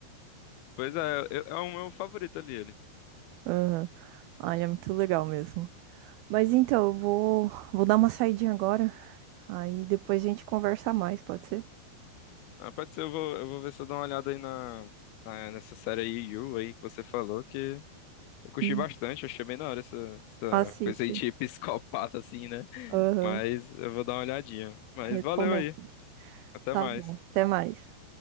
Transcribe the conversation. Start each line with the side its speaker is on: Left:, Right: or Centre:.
Left: Pois é, eu- é o meu favorito ali, ele.
Right: Aham. Olha, muito legal mesmo. Mas então, eu vou, vou dar uma saidinha agora. Aí depois a gente conversa mais, pode ser?
Left: Ah, pode ser, eu vou, eu vou ver se eu dou uma olhada aí na, na- nessa série aí, You, aí, que você falou, que eu curti
Right: E
Left: bastante, achei bem da hora essa, essa
Right: assiste.
Left: coisa aí de <laughs> psicopata, assim, né?
Right: Aham.
Left: Mas eu vou dar uma olhadinha. Mas
Right: Recomendo.
Left: valeu aí. Até
Right: Tá
Left: mais.
Right: bom. Até mais.